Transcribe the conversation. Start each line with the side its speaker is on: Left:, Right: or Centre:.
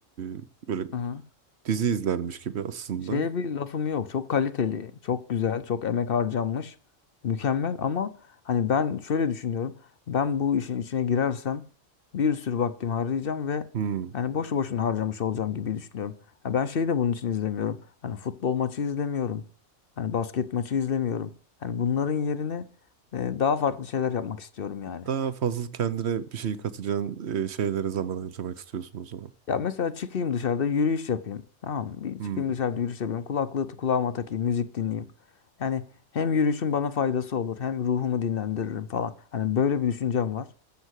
Right: e, böyle
Left: Hı.
Right: dizi izlermiş gibi aslında.
Left: Şeye bir lafım yok. Çok kaliteli, çok güzel, çok emek harcanmış. Mükemmel ama hani ben şöyle düşünüyorum. Ben bu işin içine girersem bir sürü vaktimi harcayacağım ve
Right: Hmm.
Left: hani boşu boşuna harcamış olacağım gibi düşünüyorum. Ha ben şeyi de bunun için izlemiyorum. Hani futbol maçı izlemiyorum. Hani basket maçı izlemiyorum. Yani bunların yerine e, daha farklı şeyler yapmak istiyorum yani.
Right: Daha fazla kendine bir şey katacağın e, şeylere zaman harcamak istiyorsun o zaman.
Left: Ya mesela çıkayım dışarıda yürüyüş yapayım. Tamam mı? Bir
Right: Hmm.
Left: çıkayım dışarıda yürüyüş yapayım. Kulaklığı kulağıma takayım, müzik dinleyeyim. Yani hem yürüyüşün bana faydası olur, hem ruhumu dinlendiririm falan. Hani böyle bir düşüncem var.